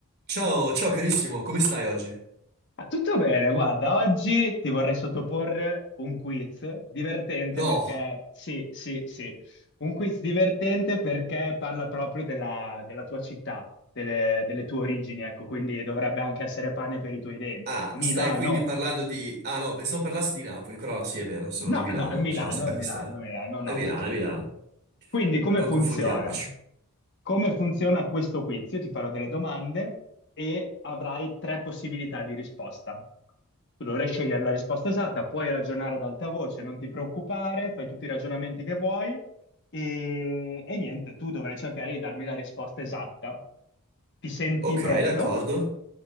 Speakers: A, on the right (about 45°); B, on the left (about 55°).
A: Ciao, ciao carissimo, come stai oggi?
B: Ah, tutto bene, guarda, oggi ti vorrei sottoporre un quiz divertente
A: No,
B: perché, sì, sì, sì, un quiz divertente perché parla proprio della, della tua città, delle, delle tue origini, ecco, quindi dovrebbe anche essere pane per i tuoi denti.
A: ah,
B: Milano!
A: stai quindi parlando di... Ah no, pensavo parlassi di Napoli, però sì, è vero, sono
B: No,
A: di Milano,
B: no, è Milano,
A: c'era stata
B: è Milano,
A: questa...
B: è Milano, no.
A: È Milano, è Milano,
B: Quindi come
A: non
B: funziona?
A: confondiamoci.
B: Come funziona questo quiz? Io ti farò delle domande e avrai tre possibilità di risposta. Tu dovrai scegliere la risposta esatta, puoi ragionare ad alta voce, non ti preoccupare, fai tutti i ragionamenti che vuoi e, e niente, tu dovrai cercare di darmi la risposta esatta. Ti senti
A: Ok,
B: pronto?
A: d'accordo.